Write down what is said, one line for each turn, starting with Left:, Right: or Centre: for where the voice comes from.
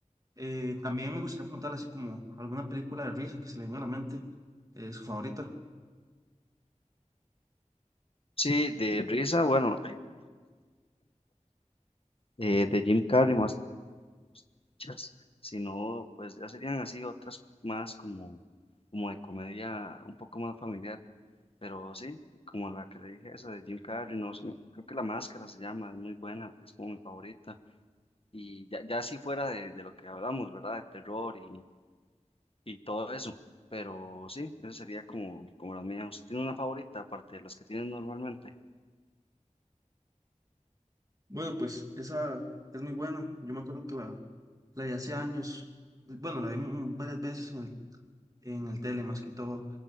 Right: Eh, también me gustaría preguntarle así como alguna película de risa que se le venga a la mente, eh, su favorita.
Left: Sí, de <laughs> risa, bueno, eh, de Jim Carrey más que muchas, sino pues ya serían así otras más como, como de comedia un poco más familiar, pero sí, como la que le dije, esa de Jim Carrey, no, sé, creo que La Máscara se llama, es muy buena, es como mi favorita, y ya, ya así fuera de, de lo que hablamos, ¿verdad? De terror y, y todo eso, pero sí, eso sería como, como la mía. ¿Usted tiene una favorita aparte de las que tienen normalmente?
Right: Bueno, pues esa es muy buena. Yo me acuerdo que la, la vi hace años. Bueno, la vi mu- varias veces en el, en el tele más que todo